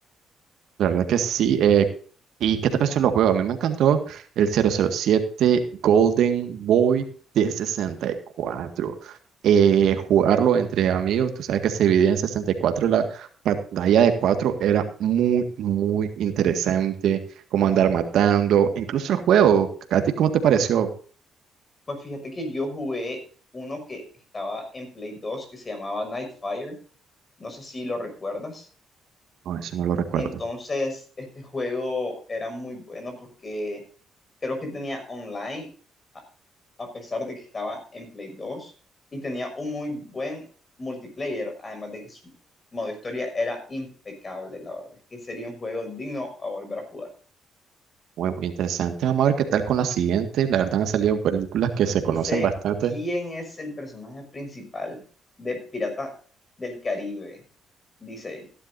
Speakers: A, on the right; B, on the left.
A: La verdad que sí. eh, ¿y qué te pareció los juegos? A mí me encantó el 007 Golden Boy de 64. Eh, jugarlo entre amigos, tú sabes que se dividía en 64, la pantalla de 4 era muy, muy interesante, como andar matando, incluso el juego. ¿A ti cómo te pareció?
B: Pues fíjate que yo jugué uno que estaba en Play 2 que se llamaba Nightfire. No sé si lo recuerdas.
A: No, eso no lo recuerdo.
B: Entonces, este juego era muy bueno porque creo que tenía online, a a pesar de que estaba en Play 2 y tenía un muy buen multiplayer, además de que su modo historia era impecable, la verdad, que sería un juego digno a volver a jugar.
A: Muy, muy interesante. Vamos a ver qué tal con la siguiente. La verdad han salido películas que se
B: Dice,
A: conocen bastante.
B: ¿quién es el personaje principal de Piratas del Caribe? Dice,